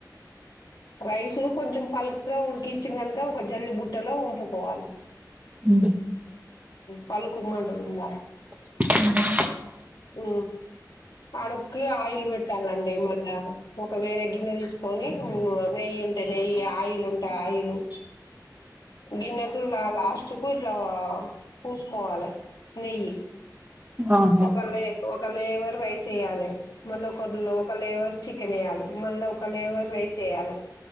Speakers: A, on the left; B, on the right.
A: రైసు కొంచెం పలుక్గా ఉడికిచ్చినంక ఒక జల్లి బుట్టల వంపుకోవాలే
B: ఉహు
A: పలుకు మం ఇక్కడ ఉండాలే
B: ఉ
A: ఉ అడుక్కి ఆయిల్ పెట్టాలండి మళ్ళా ఒక వేరే గిన్నె తీసుకొని నెయ్యి ఉంటే నెయ్యి ఆయిల్ ఉంటే ఆయిల్ హలో గిన్న కుల్లా లాస్ట్ పు ఇట్ల వ పూసుకోవాలే నేయ్యి
B: ఆహా
A: ఒక లే ఒక లెవల్ రైస్ ఎయలే మళ్ళ ఒక లోక లెవల్ చికెన్ ఎయాలే మళ్ళా ఒక లేవరు రైస్ ఎయాలే